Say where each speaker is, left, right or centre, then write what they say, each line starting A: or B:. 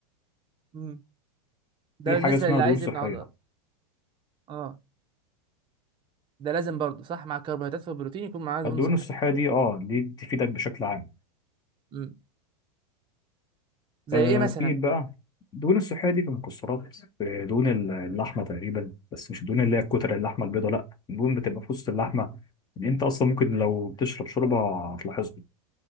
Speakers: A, on the right; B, on the left.
A: مم. ده
B: في
A: بالنسبه
B: حاجه اسمها
A: للي
B: دهون
A: عايز
B: صحيه
A: يبني عضل اه ده لازم برضه صح مع الكربوهيدرات والبروتين يكون معاه دهون
B: الدهون
A: صحيه
B: الصحيه دي اه دي تفيدك بشكل عام
A: مم. زي
B: آه
A: ايه مثلا
B: في بقى الدهون الصحيه دي في المكسرات في دهون ال- اللحمه تقريبا بس مش الدهون اللي هي الكتل اللحمه البيضاء لا الدهون بتبقى في وسط اللحمه اللي انت اصلا ممكن لو بتشرب شوربه هتلاحظها